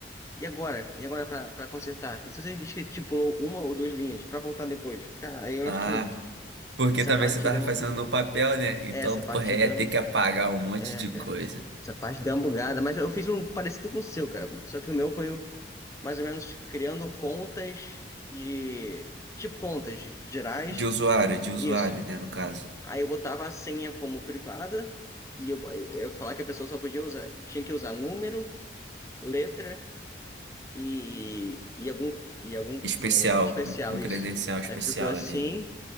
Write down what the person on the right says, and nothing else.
Ah,
porque
também
você tava
fazendo
no papel, né? Então,
porra,
ia ter que apagar um monte
de
coisa.
De usuário, de usuário,
né, no caso.
Especial,
um um
credencial especial
ali.